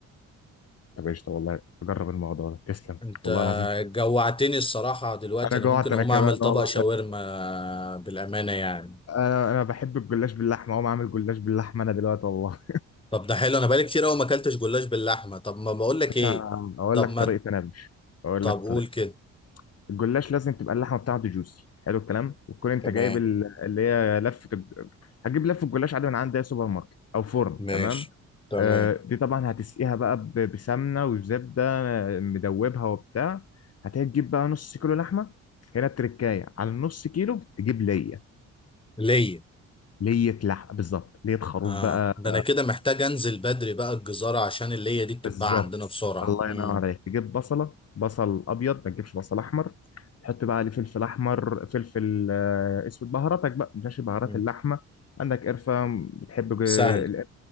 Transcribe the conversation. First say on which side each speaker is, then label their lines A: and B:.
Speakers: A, on the left (about 55°); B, on the left (about 15°).
A: طب قشطة والله أجرب الموضوع ده تسلم
B: انت
A: والله العظيم
B: جوعتني الصراحة دلوقتي
A: انا
B: انا
A: جوعت
B: ممكن
A: انا
B: اقوم
A: كمان
B: اعمل طبق
A: والله
B: شاورما بالامانة يعني
A: انا انا بحب الجلاش باللحمه اقوم اعمل جلاش باللحمه انا دلوقتي والله
B: طب ده حلو انا بقالي كتير قوي ما اكلتش جلاش باللحمة طب ما بقول لك
A: عشان
B: ايه
A: اقول
B: طب
A: لك
B: ما
A: طريقه انا مش اقول
B: طب
A: لك
B: قول
A: طريقه
B: كده
A: الجلاش لازم تبقى اللحمه بتاعته جوسي حلو الكلام وتكون انت
B: تمام
A: جايب ال- اللي هي لفه الج- هتجيب لفه الجلاش عادي من عند اي سوبر ماركت او فرن
B: ماشي
A: تمام
B: تمام
A: آه، دي طبعا هتسقيها بقى ب- بسمنه وزبده آه، مدوبها وبتاع هتجيب بقى نص كيلو لحمه هنا التركايه على النص كيلو تجيب ليه
B: ليا
A: ليه لحمه بالظبط ليه خروف
B: اه
A: بقى
B: ده انا كده محتاج انزل بدري بقى الجزارة عشان اللية دي بتتباع
A: بالظبط
B: عندنا بسرعة
A: الله
B: مم.
A: ينور عليك تجيب بصله بصل ابيض ما تجيبش بصل احمر تحط بقى عليه فلفل احمر فلفل آه، اسود بهاراتك بقى ماشي بهارات
B: مم.
A: اللحمه عندك قرفه بتحب
B: سهل
A: ج- القرفة-